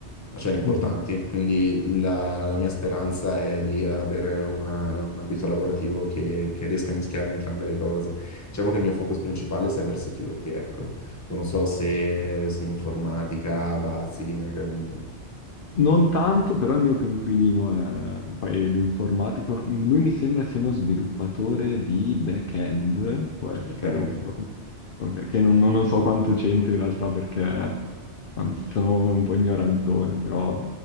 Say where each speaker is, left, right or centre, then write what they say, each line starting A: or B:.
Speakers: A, on the left; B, on the left.
A: accenni importanti.
B: Mhm.
A: Quindi la, la mia speranza è di avere una- un ambito lavorativo che, che riesca a mischiare entrambe le cose. Diciamo che il mio focus principale è cyber security, ecco. Non so se, se informatica, bazzi, ehm,
B: Non tanto, però il mio coinquilino è, fa- è l'informatico. Lui mi sembra sia uno sviluppatore di back-end, può essere,
A: ok.
B: o front. Ok, che non, non- non so quanto c'entri in realtà perché, anzi, sono un po' ignorantone, però